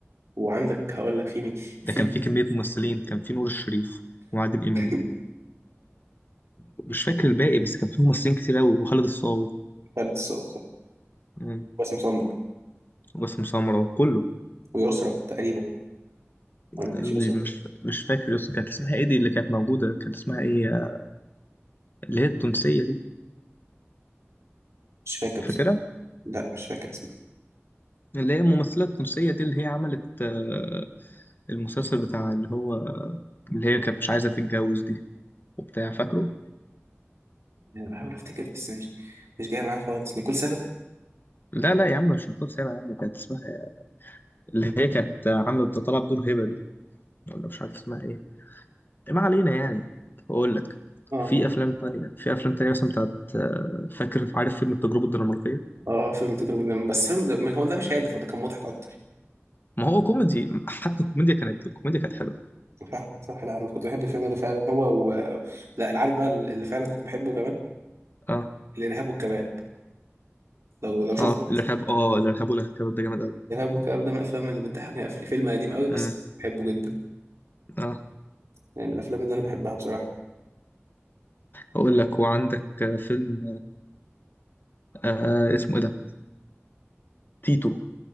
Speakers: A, on the right; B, on the left.
A: وعندك هقول لك في مين في
B: ده كان فيه كميه ممثلين كان فيه نور الشريف وعادل امام
A: <laughs>
B: ومش فاكر الباقي بس كان فيه ممثلين كتير قوي وخالد الصاوي
A: لسه
B: مم.
A: باسم <coughs> سمرة
B: وباسم سمرة وكله
A: ويسرا تقريبا انا ما كنتش
B: مم.
A: يسرا
B: مش مش فاكر يس كانت اسمها ايه دي اللي كانت موجوده كانت اسمها ايه اللي هي التونسية دي
A: مش فاكر بس
B: فاكرها؟
A: لا مش فاكر اسمها
B: اللي هي الممثلة التونسية دي اللي هي عملت آه، المسلسل بتاع اللي هو اللي هي كانت مش عايزة تتجوز دي وبتاع فاكره؟
A: انا بحاول افتكر بس مش مش جاي معايا خالص نيكول سابا
B: لا لا يا عم مش نيكول سابع يا عم كانت اسمها اللي هي كانت عاملة طالعة بدور هبة دي ولا مش عارف اسمها ايه ما علينا يعني هقول لك
A: اه
B: في أفلام تانية في أفلام تانية مثلا بتاعت آه، فاكر عارف فيلم التجربة الدنماركية
A: اه فيلم تجربة بس فيلم هو ده مش هادف هو ده كان مضحك اكتر
B: ما هو كوميدي حتى الكوميديا كانت الكوميديا كانت حلوة
A: صح صح لا انا كنت بحب الفيلم ده فعلا هو و... لا العارف بقى اللي فعلا كنت بحبه كمان
B: اه
A: الارهاب والكباب لو لو شفت
B: اه الإرهاب اه
A: <laughs>
B: الإرهاب والكباب ده جامد أوي
A: الارهاب والكباب ده من الافلام اللي بتضحكني قفل فيلم قديم قوي بس
B: مم.
A: بحبه جدا
B: اه
A: يعني من الافلام اللي انا بحبها بصراحه
B: اقول لك وعندك آه، فيلم آه اسمه ايه ده تيتو